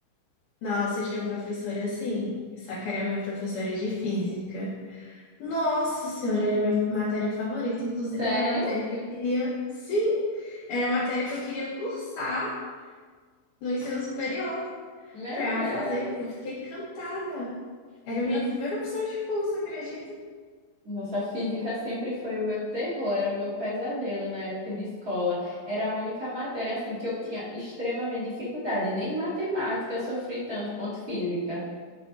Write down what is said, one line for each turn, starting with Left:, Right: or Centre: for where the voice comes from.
Left: Nossa, eu tinha uma professora assim, só que era minha professora de física. Nossa senhora, era a minha matéria favorita, inclusive
Right: Sério?
Left: era a matéria que eu queria, sim, era a matéria que eu queria cursar no ensino superior
Right: Meu
Left: pra
Right: Deus.
Left: fazer. Eu fiquei encantada. Era
Right: Fiz...
Left: a minha primeira opção de curso, acredita?
Right: Nossa, física sempre foi o meu terror, era o meu pesadelo na época de escola. Era a única matéria assim que eu tinha extremamente dificuldade, nem matemática eu sofri tanto quanto física.